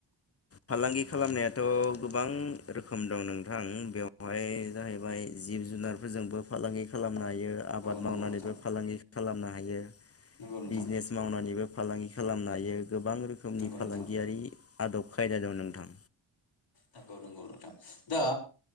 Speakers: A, on the left; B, on the left.
A: फालांगि खालामनायाथ' गोबां रोखोम दं नोंथां बेवहाय जाहैबाय जिब जुनारफोरजोंबो फालांगि खालामो। नो हायो आबाद
B: औ नंगौ
A: मावनानैबो
B: नोंथां
A: फालांगि खालामनो हायो
B: नंगौ नोंथां
A: बिजनेस मावनानैबो फालांगि खालामनो हायो। गोबां रोखोमनि
B: नंगौ
A: फालांगियारि
B: नोंथां
A: आदब खायदा दं नोंथां
B: नंगौ नंगौ नोंथां। दा